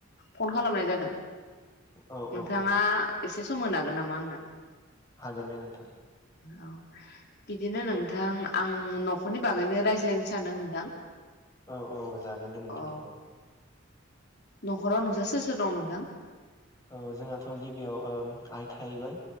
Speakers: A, on the left; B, on the left.
A: फन खालामनाय जादों।
B: औ
A: नोंथाङा
B: औ औ
A: एसे सम होनो हागोन नामा आंनो?
B: हागोन दे नोंथां।
A: औ बिदिनो नोंथां आं नखरनि बागैनो रायज्लायनो सानदों नोंथां?
B: औ औ जागोन दे नोंथां।
A: अ
B: औ
A: नखराव नोंसा सोर सोर दं नोंथां?
B: औ जोंहाथ' गिबियाव ओम आइ, थाहैबाय